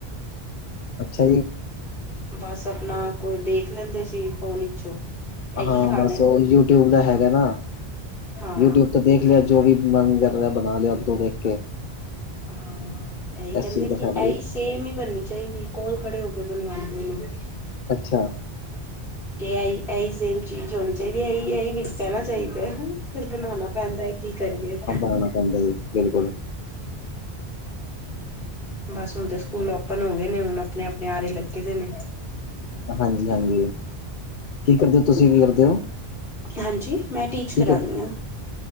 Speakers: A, on the left (about 55°); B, on the left (about 85°).
A: ਅੱਛਾ ਜੀ,
B: ਬਸ ਆਪਣਾ ਕੋਈ ਦੇਖ ਲੈਂਦੇ ਸੀ ਫੋਨ ਵਿੱਚੋਂ, ਇਹੀ
A: ਹਾਂ
B: ਖਾਣਾ
A: ਬਸ ਉਹ ਯੂ ਟਿਊਬ ਦਾ ਹੈਗਾ ਨਾ,
B: ਹਾਂ।
A: ਯੂ ਟਿਊਬ ਦੇਖ ਲਿਆ ਜੋ ਵੀ ਮਨ ਕਰ ਰਿਹਾ ਬਣਾ ਲਿਆ ਓਹਤੋ ਦੇਖ ਕੇ
B: ਹਾਂ ਇਹੀ ਕਹਿੰਦੇ
A: ਇਸ ਚੀਜ਼ ਦਾ
B: ਕਿ
A: ਫਾਇਦਾ ਵੀ
B: ਇਹੀ ਸੇਮ ਹੀ ਬਣਨੀ ਚਾਹੀਦੀ। ਕੋਲ ਖੜੇ ਹੋ ਕੇ ਬਣਵਾਉਂਦੇ ਨੇ।
A: ਅੱਛਾ
B: ਕਿ ਇਹੀ ਇਹੀ ਸੇਮ ਚੀਜ਼ ਹੋਣੀ ਚਾਹੀਦੀ ਏ ਇਹੀ ਇਹੀ ਵਿੱਚ ਰਹਿਣਾ ਚਾਹੀਦਾ ਏ। ਫਿਰ ਬਣਾਉਣਾ ਪੈਂਦਾ ਹੈ ਕੀ ਕਰੀਏ।
A: ਜਾਣਾ ਪੈਂਦਾਈ ਹੈ। ਬਿਲਕੁਲ
B: ਬਸ ਹੁਣ ਤੇ ਸਕੂਲ ਓਪਨ ਹੋ ਗਏ ਨੇ ਹੁਣ ਆਪਣੇ ਆਪਣੇ ਆਰੇ ਲੱਗੇ ਦੇ ਨੇ।
A: ਹਾਂਜੀ ਹਾਂਜੀ ਕੀ ਕਰਦੇ ਹੋ ਤੁਸੀਂ ਕੀ ਕਰਦੇ ਹੋ।
B: ਹਾਂਜੀ ਮੈਂ ਟੀਚ
A: ਕੀ
B: ਕਰਉਂਦੀ
A: ਕਰਦੇ
B: ਹਾਂ।